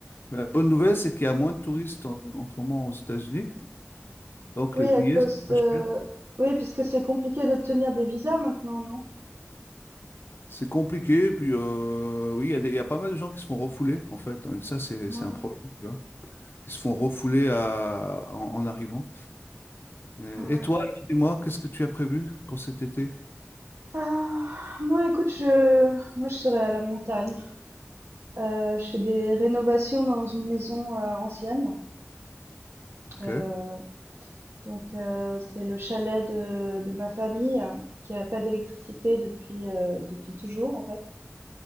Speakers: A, on the left; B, on the right.
A: la bonne nouvelle, c'est qu'il y a moins de touristes en, en ce moment aux États-Unis, donc
B: oui,
A: les billets
B: à cause
A: sont
B: de,
A: moins chers.
B: oui, puisque c'est compliqué d'obtenir des visas maintenant, non?
A: C'est compliqué, puis euh, oui, il y a des- il y a pas mal de gens qui se font refouler en fait, hein, ça c'est
B: Ouais,
A: c'est un problème, tu vois. qui se font refouler à- en, en arrivant. Et,
B: ouais.
A: et toi, alors, dis-moi, qu'est-ce que tu as prévu pour cet été?
B: Ah, moi, écoute, je, moi, je serais à la montagne. Heu, je fais des rénovations dans une maison, heu, ancienne,
A: Ok.
B: heu, donc heu, c'est le chalet de de ma famille, euh, qui a pas d'électricité depuis, heu, depuis toujours, en fait,